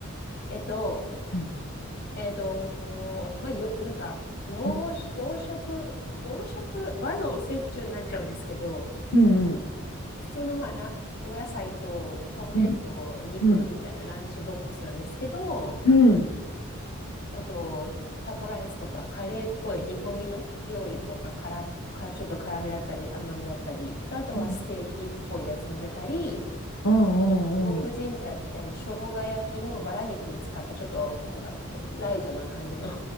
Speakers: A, on the left; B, on the left.
A: えっと、
B: うん、
A: えっと、まあ、よ、なんか、洋食、
B: うん、
A: 洋食、洋食、和洋折衷になっちゃうんですけど、
B: うん、
A: 普通の、まあ、らお野菜と米と肉みたいなランチボックスなんですけど、
B: うん、うん、うん。
A: えっと、タコライスとかカレーっぽい煮込みの料理とか、からか、ちょっと辛めだったり甘めだったり、とあとはステーキっぽいやつ乗せたり、
B: うんうんうんうん。
A: ポークジンジャーって言って、あの、生姜焼きのバラ肉を使ったちょっとなんかライトな感じの